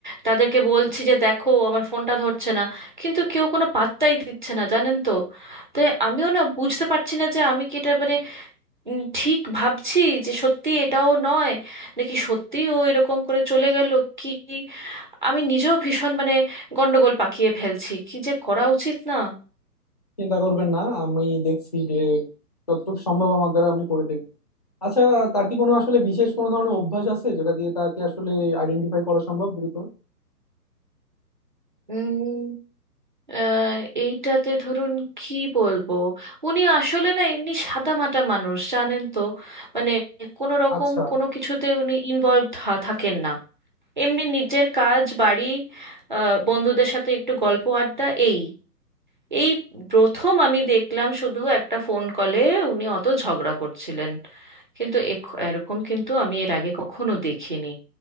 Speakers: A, on the right; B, on the left.
A: তাদেরকে বলছি যে দেখো আমার ফোনটা ধরছে না কিন্তু কেউ কোনো পাত্তাই দিচ্ছে না জানেন তো তাই আমিও না বুঝতে পারছি না যে আমি কি এটা মানে উম, ঠিক ভাবছি যে সত্যি এটাও নয় নাকি সত্যি ও এরকম করে চলে গেল কি আমি নিজেও ভীষণ মানে গন্ডগোল পাকিয়ে ফেলছি কি যে করা উচিত না
B: চিন্তা করবেন না আমি দেখছি যে যতটুকু সম্ভব আমার দ্বারা আমি করে দেখবো আচ্ছা তার কি কোনো আসলে বিশেষ কোনো ধরনের অভ্যাস আছে যেটা দিয়ে তাকে আসলে আইডেন্টিফাই করা সম্ভব দ্রুত
A: উম আহ, এইটাতে ধরুন কি বলবো উনি আসলে না এমনি সাদামাটা মানুষ জানেন তো মানে কোনো রকম
B: আচ্ছা
A: কোনো কিছুতে উনি ইনভলভ থাকেন না এমনি নিজের কাজ বাড়ি আহ, বন্ধুদের সাথে একটু গল্প আড্ডা এই এই প্রথম আমি দেখলাম শুধু একটা ফোন কলে উনি অত ঝগড়া করছিলেন কিন্তু এখ- এরকম কিন্তু আমি এর আগে কখনো দেখিনি